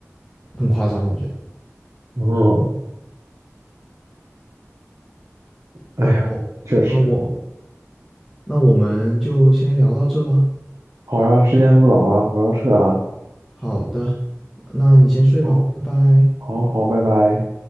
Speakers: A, in the centre; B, on the right (about 80°).
A: 很夸张，我觉得。
B: 哦，哎呀，
A: 那好，
B: 确实，
A: 呃，我那我们就先聊到这吧。
B: 好呀，时间不早了，我要撤了，
A: 好的，那你先睡吧，
B: 好，
A: 拜拜。
B: 好，好，拜拜。